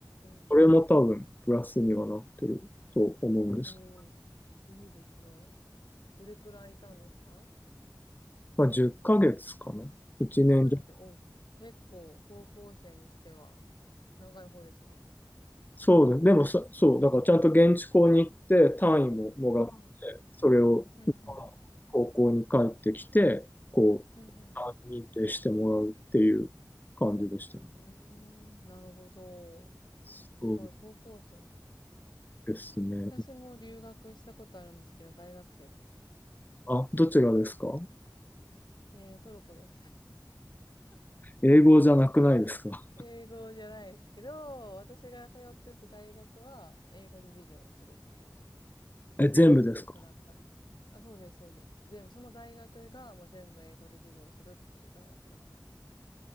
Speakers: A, on the left; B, on the left.
A: え。
B: それも多分プラスにはなってると思うんです。
A: おー。いいですね。どれくらいいたんですか
B: まあ、10ヶ月かげつかな ?1
A: ?1
B: 年弱。
A: ヶ月。お、結構高校生にしては長い方ですよね。
B: そうです。でもさ、そう、だからちゃんと現地校に行って単位ももらって、
A: うんうん。
B: それを日本の高校に帰ってきて、
A: うんうん。
B: こう、
A: うんうん。
B: 単位認定してもらうっていう感じでしたね。
A: うーん、なるほど。
B: そう
A: すごい、高校生か。
B: ですね。
A: 私も留学したことあるんですけど、大学生でした。
B: あ、どちらですか
A: えー、トルコです。
B: 英語じゃなくないですか
A: <laughs> 英語じゃないですけど、私が通ってた大学は、英語で授業をするっていう
B: え、全部ですか
A: ところだったんです。あ、そうです、そうです。全部、その大学がもう全部英語で授業をするっていう大学だったんです。